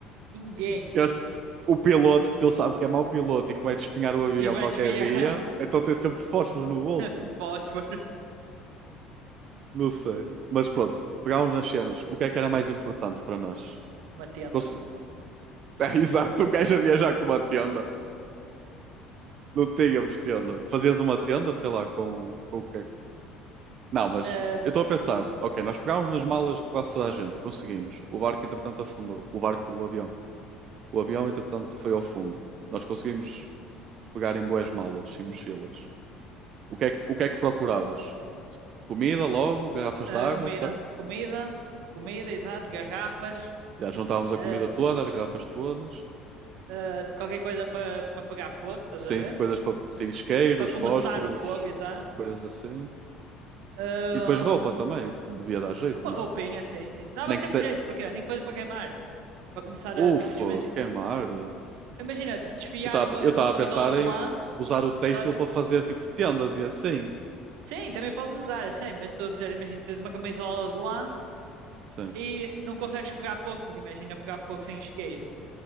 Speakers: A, on the right; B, on the right.
A: Ninguém.
B: <laughs> Eu- o piloto, porque ele sabe que é mau piloto e que vai despenhar o avião
A: E vais
B: qualquer
A: esfriar
B: dia, então tem sempre fósforos no bolso.
A: <laughs> fósforo
B: Não sei. Mas pronto, pegámos nas cenas. O que é que era mais importante para nós?
A: uma tenda.
B: Conse- <laughs> É exato, um gajo a viajar com uma tenda. Não tínhamos tenda. Fazias uma tenda, sei lá, com, com o que é que- Não, mas
A: <laughs>
B: eu estou a pensar, ok, nós pegámos nas malas de quase toda a gente, conseguimos. O barco, entretanto, afundou. O barco, o avião. O avião, entretanto, foi ao fundo. Nós conseguimos pegar em boas malas e mochilas. O que é que, o que é que procuravas? Comida logo, garrafas
A: Ah,
B: de água,
A: comida,
B: certo?
A: comida, comida, exato, garrafas,
B: Já juntávamos a
A: ah,
B: comida toda, as garrafas todas.
A: ah, qualquer coisa para para pegar fogo, estás
B: Sim,
A: a ver?
B: coisas para, sim, isqueiros,
A: Para começar
B: fósforos,
A: o fogo, exato.
B: coisas assim.
A: Ahm,
B: E depois roupa também, devia dar jeito,
A: uma
B: não?
A: roupinha, sim, sim. Dava
B: Nem
A: sempre
B: que se,
A: jeito, porque nem que fosse para queimar, para começar
B: Ufa,
A: a tipo desfazer.
B: queimar. Eu
A: imagina, desfiar
B: estava
A: uma,
B: eu
A: uma
B: estava
A: camisola
B: a pensar
A: de
B: em
A: lã,
B: usar o têxtil
A: sabe?
B: para fazer tipo tendas e assim.
A: Sim, também podes usar, eu sei, mas estou a dizer, imagina, tens uma camisola de lã
B: Sim.
A: e não consegues pegar fogo, porque imagina pegar fogo sem isqueiro.